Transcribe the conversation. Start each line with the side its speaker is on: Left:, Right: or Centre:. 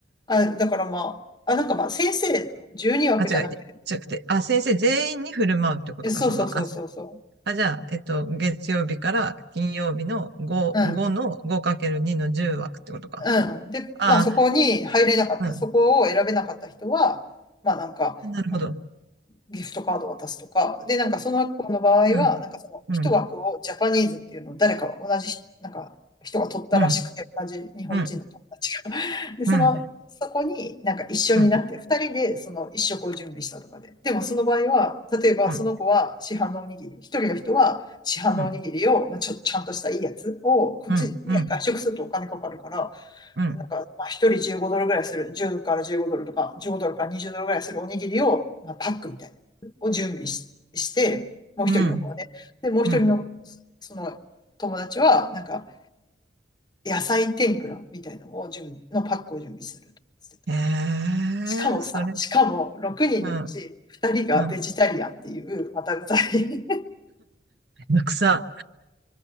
Left: あ、だからまあ、あ、なんかまあ先生12枠じゃなくて、
Right: あ、違う、違くて、あ、先生全員に振る舞うってことか、
Left: えそうそうそうそうそ
Right: その、あ、あ、じゃあ、えっと、月曜日から金曜日の5、
Left: う。うん。
Right: 5の 5×2 の10枠ってことか。
Left: うん。で、
Right: あ
Left: まあそこに入れなかった、
Right: あ、
Left: そこを選べなかった人は、まあなんか、
Right: うん、なるほど。
Left: あの、ギフトカードを渡すとか、で、なんかその子の場合は、
Right: うん、
Left: なんかその一枠をジャパニーズっていうのを誰か同じなんか人が取ったらしくて、
Right: うん、うん、うん、
Left: 同じ日本人の友達が。
Right: うん、
Left: <laughs> で、その、
Right: うん、
Left: そこになんか一緒になって、
Right: うん、
Left: 二人でその一食を準備したとかで。でもその場合は、例えばその子は市販のおにぎり、
Right: うん、
Left: 一人の人は市販のおにぎりを、
Right: うん、
Left: まあ、ちょ、ちゃんとしたいいやつを、こっちね、
Right: うん、うん、
Left: 外食するとお金かかるから、
Right: うん、
Left: なんか、まあ、一人15ドルぐらいする、10から15ドルとか、15ドルから20ドルぐらいするおにぎりを、まあ、パックみたいな、を準備し、して、もう一人の子はね。
Right: うん、
Left: で、もう一人の、
Right: うん。
Left: その友達は、なんか、野菜天ぷらみたいなのを準備、のパックを準備するとかしてた。
Right: へえ、
Left: しかもさ、
Right: それ、
Left: しかも6人のうち2人がベジタリアンっていう、
Right: うん、うん。
Left: また <laughs> うざい。
Right: めんどくさ。